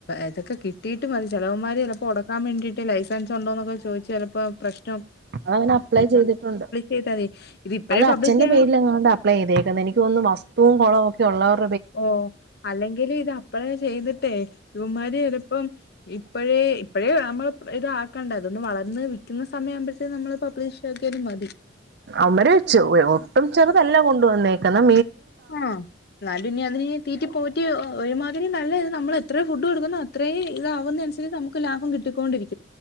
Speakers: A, on the left; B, on the right.
A: ഇതൊക്കെ കിട്ടിയിട്ട് മതി ചെലവുമാര് ചിലപ്പോൾ ഉടക്കാൻ വേണ്ടിട്ട് ലൈസൻസ് ഉണ്ടോന്നൊക്കെ ചോദിച്ച ചിലപ്പോ പ്രശ്ന
B: അത്ങ്ങനെ അപ്ലൈ ചെയ്തിട്ടുണ്ട്
A: ചെയ്താൽ മതി ഇത് ഇപ്പഴേ
B: അത്
A: പബ്ലിഷ്
B: അച്ഛന്റെ
A: ചെയ്യണം
B: പേരില അങ്ങണ്ട അപ്ലൈ ചെയ്തേക്കുന്നത് എനിക്ക് തന്നുന്നു വസ്തുവും കുളവും ഒക്കെ ഉള്ളവർ
A: ഓ അല്ലെങ്കിൽ ഇത് അപ്പഴേ ചെയ്തിട്ട് ട്ട ഇവമാര് ചിലപ്പം ഇപ്പഴേ ഇപ്പഴേ നമ്മള ഇത് ആക്കണ്ടേതൊന്ന് വളർന്ന് വിൽക്കുന്ന സമയം ആവുന്നപഴത്തേ നമ്മള് പബ്ലിഷ് ആക്കിയാലും മതി
B: അമര വെച്ചു ഒട്ടും ചെറ എല്ലാം കൊണ്ട വന്നേക്കുന്നെ
A: ആഹ് എന്നാലും അതിനെ തീറ്റി പോറ്റ മാറ്റി ഒരുമാതിരി നല്ല ഇത് നമ്മൾ എത്ര ഫുഡ് കൊടുക്കുന്ന അത്രയും ഇതാവുന്നതിനനസരിച്ച് നമുക്ക് ലാഭം കിട്ടിക്കൊണ്ടിരിക്കും